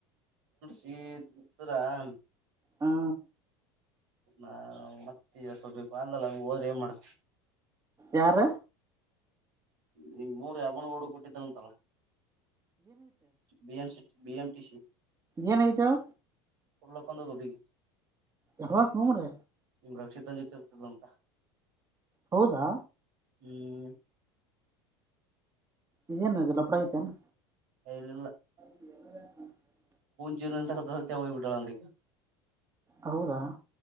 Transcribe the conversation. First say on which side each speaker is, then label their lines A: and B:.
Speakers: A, on the right; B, on the right.
A: ಚೀತ್ ಉತ್ತರಾಣ
B: ಹಾ
A: ನಾ ಮತ್ತೆ ಇವತ್ತು ಹೋಗ್ಬೇಕು ಅಲ್ಲಲ್ಲ ಹಂಗ ಹೋದ್ರೆ ಏನ್ ಮಾಡತ
B: ಯಾರ
A: ನಿಮ್ ಮೂರ್ ಯಾವನ ಹಡು ಕೊಟ್ಟಿದ್ದನಂತಲ್ಲಂ ಬಿಂ ಸಿ ಬಿ ಎಂಟಿ ಸಿ
B: ಏನ ಆಗೇತಿ ಹೇಳು
A: ಉರಲ್ ಹಾಕೊಂಡತ ಹುಡುಗಿ
B: ಯಾವಾಗ ಹು ರೀ
A: ನಿಮ್ ರಕ್ಷಿತ ಜೊತೆ ಇರ್ತದ ಅಂತ
B: ಹೌದಾ
A: ಹ್ಮ
B: ಇದೇನ್ ಲಪಡಗಐತೆನಾ
A: ಅಲ್ಲಿ
B: ಹ
A: ಜೀವನಂತಕ್ಕತ ಸತ್ಯ ಹೋಗ್ಬಿಟಳ ಅಂದಕ್ಕೆ
B: ಹೌದಾ